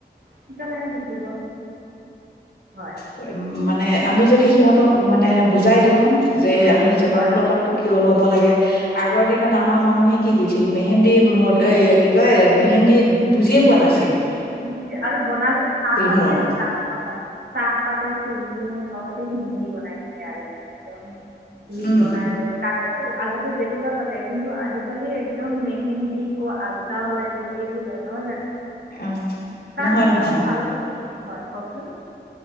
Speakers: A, on the right (about 75°); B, on the left (about 70°).
A: সিকালেহে শিকিব। হয়
B: উ, মানে আমি যদি সিহঁতক মানে বুজাই দিওঁ যে আমি জবা
A: হয়
B: ফুলৰ পাতো কিয় ল'ব লাগে আগৰ দিনত আমাৰ মানুহে কি গৈছে মেহেন্দী মৰত এই কি কয় মেহেন্দী বুজিয়ে পোৱা নাছিলো।
A: মুৰ্গি আৰু বনালো চাহপাতে
B: মূৰত
A: চাহ হয় চাহ পাতে চেনিয় ঘৰতে মেহেন্দী বনাই থাকে। আগতে একদম জুইত
B: উম
A: বনাই লৈ তাক। আগতে জেতুকা পাতে। কিন্তু আজিকালি একদম মেহেন্দী ক আলতা ওলাইছে এইবোৰ। ন জান।
B: অ
A: তাৰ
B: নহয়
A: বিনিময়ত
B: নহয়
A: ভাল হয় কওকচোন।